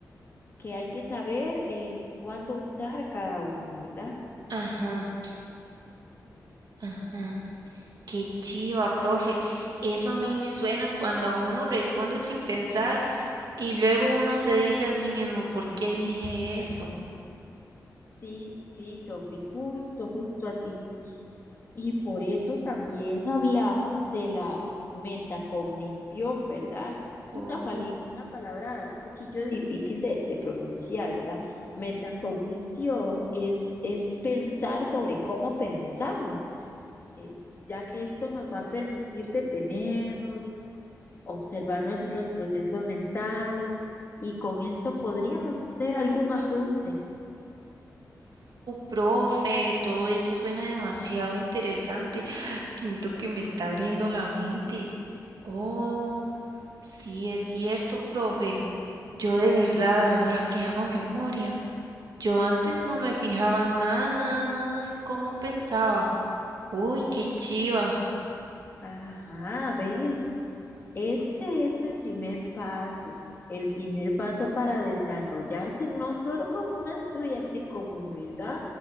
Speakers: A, on the left; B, on the right.
A: que hay que saber eh, cuándo usar cada uno, ¿verdad?
B: Ajá, ajá. Qué chiva, profe. Eso a mí me suena cuando a uno responde sin pensar y luego uno se dice a sí mismo, ¿por qué dije eso?
A: Sí, sí, Sofi, justo, justo así. Y por eso también hablamos de la metacognición, ¿verdad? Es
B: ¡Wow,
A: una, pali- una palabra un poquillo difícil de, de pronunciar, ¿verdad? Metacognición es, es pensar sobre cómo pensamos, eh, ya que esto nos va a permitir detenernos observar nuestros procesos mentales y con esto podríamos hacer algún ajuste.
B: profe, todo eso suena demasiado interesante. <gasps> Siento que me está abriendo la mente. Oh, sí es cierto, profe. Yo de verdad ahora que hago memoria. Yo antes no me fijaba nada, nada, nada en cómo pensaba. Uy, qué chiva.
A: Ajá, ¿ves? Ese es el primer paso, el primer paso para desarrollarse no solo como una estudiante común, ¿verdad?